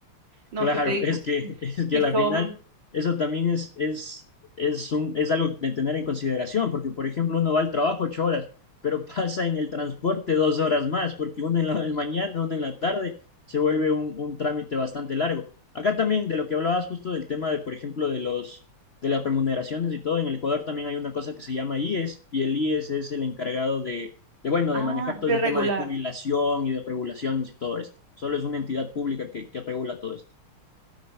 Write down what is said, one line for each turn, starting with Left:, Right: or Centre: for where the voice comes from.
Right: No,
Left: Claro,
Right: que te digo,
Left: es
Right: si,
Left: que, <laughs> es que
Right: si
Left: a la
Right: son,
Left: final eso también es, es, es, un, es algo de tener en consideración, porque por ejemplo uno va al trabajo ocho horas, pero <laughs> pasa en el transporte dos horas más, porque una en la en la mañana, una en la tarde, se vuelve un, un trámite bastante largo. Acá también de lo que hablabas justo del tema de, por ejemplo, de los, de las remuneraciones y todo, en el Ecuador también hay una cosa que se llama IES, y el IES es el encargado de, de, bueno,
Right: ah,
Left: de manejar todo
Right: de
Left: ese
Right: regular,
Left: tema de jubilación y de regulaciones y todo esto. Solo es una entidad pública que, que regula todo esto.